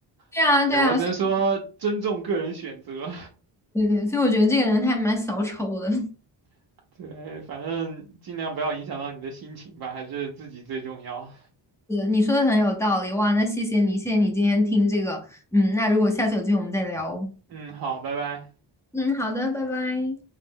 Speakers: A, in the centre; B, on the right.
A: 对啊，
B: <laughs>
A: 对啊，
B: 对，我只能说尊重个人选择，
A: 所以对对，所以我觉得这个人他还蛮小丑的。
B: <laughs> 对，反正尽量不要影响到你的心情吧，还是自己最重要。
A: 是，你说的很有道理，哇，那谢谢你，谢谢你今天听这个，嗯，那如果下次有机会我们再聊哦
B: 嗯，好，拜拜。
A: 嗯，好的，拜拜。